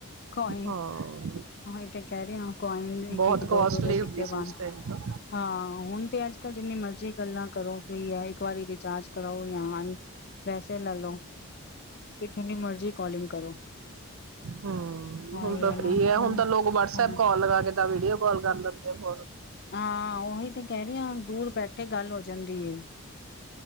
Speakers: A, on the left (about 45°); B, on the right (about 70°).
A: ਕੋਈਨ
B: ਹਾਂ
A: ਮੈਂ ਕਹਿ ਰਹੇ ਕਾਇਨ
B: ਬਹੁਤ
A: ਇੱਕ ਇੱਕ ਦੋ
B: ਕੋਸਟਲੀ
A: ਦੋ ਦੇ ਸਿੱਕੇ
B: ਹੁੰਦੀ ਸੀ
A: ਪਾਉਣੇ,
B: ਉਸ ਟਾਈਮ ਤਾਂ
A: ਹਾਂ ਹੁਣ ਤੇ ਅੱਜ ਕਲ ਜਿੰਨੀ ਮਰਜੀ ਗੱਲਾਂ ਕਰੋ ਕੋਈ ਇੱਕ ਵਾਰੀ ਰਿਚਾਰਜ ਕਰੋ <inaudible> ਪੈਸੇ ਲੈ ਲੋ। ਤੇ ਕੇ ਮ ਜੀ ਕੋਲਿੰਗ ਕਰੋ
B: ਹਮ
A: ਹਾਂ
B: ਹੁਣ
A: ਇਹ
B: ਤਾਂ
A: ਨਾ
B: ਫ੍ਰੀ ਹੈ ਹੁਣ ਤਾਂ ਲੋਕ ਵਟਸਐਪ
A: ਹਾਂ
B: ਕਾਲ ਲਗਾ ਕੇ ਵੀਡੀਓ ਕਾਲ ਕਰ ਲੈਂਦੇ ਫਰ
A: ਹਾਂ ਉਹੀ ਤੇ ਕਹਿ ਰਹੀ ਹਾਂ ਦੂਰ ਬੈਠੇ ਗੱਲ ਹੋ ਜਾਂਦੀ ਹੈ